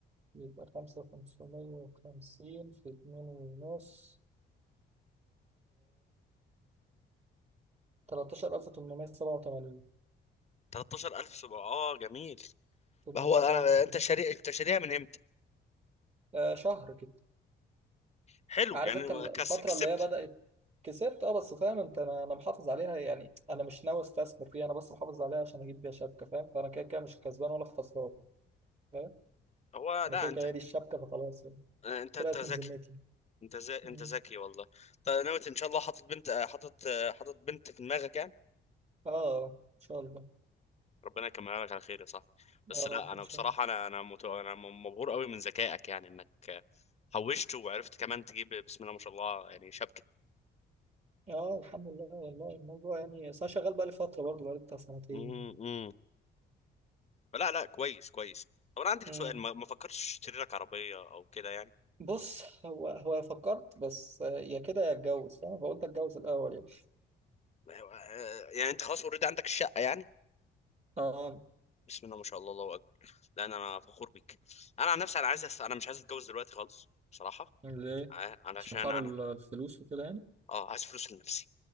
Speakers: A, on the right; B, on the left.
A: يبقى خمسة خمسمية وخمسين في اتنين ونص تلاتاشر ألف تمنمية سبعة وتمانين
B: 13000 سبعة اه جميل
A: تمنمية
B: هو انا
A: سبعة وتمانين
B: انت شاري انت شاريها من امتى
A: آه شهر كده
B: حلو
A: عارف
B: يعني
A: أنت الفترة
B: كسبت
A: اللي هي بدأت كسبت اه بس فاهم انت انا انا محافظ عليها يعني انا مش ناوي استثمر فيها انا بس محافظ عليها عشان اجيب بيها شبكه فاهم فانا كده كده مش كسبان ولا خسران فاهم
B: هو
A: انا
B: لا
A: كده
B: انت
A: كده هي دي الشبكه فخلاص يعني
B: انت
A: طلعت
B: انت ذكي
A: من ذمتي
B: انت زي... انت
A: مم.
B: ذكي والله طيب نويت ان شاء الله حاطط بنت آه، حاطط آه، حاطط بنت في دماغك يعني
A: اه ان شاء الله
B: ربنا يكملها لك على خير يا صاحبي
A: يا
B: بس
A: رب
B: لا انا
A: ان شاء
B: بصراحه
A: الله
B: انا انا مت... انا مبهور قوي من ذكائك يعني انك آه، حوشت وعرفت كمان تجيب بسم الله ما شاء الله يعني شبكه
A: اه الحمد لله والله الموضوع يعني بس انا شغال بقالي فتره برضه بقالي بتاع سنتين
B: امم لا لا كويس كويس طب انا عندي لك
A: مم.
B: سؤال ما, ما فكرتش تشتري لك عربيه او كده يعني
A: بص هو هو فكرت بس آه، يا كده يا اتجوز فاهم فقلت اتجوز الاول يعني
B: آه، يعني انت خلاص اوريدي عندك الشقه يعني
A: اه
B: بسم الله ما شاء الله الله اكبر لان انا فخور بيك انا عن نفسي انا عايز أس... انا مش عايز اتجوز دلوقتي خالص بصراحه
A: ليه
B: آه، علشان
A: عشان حوار
B: انا
A: ال- الفلوس وكده يعني
B: اه عايز فلوس لنفسي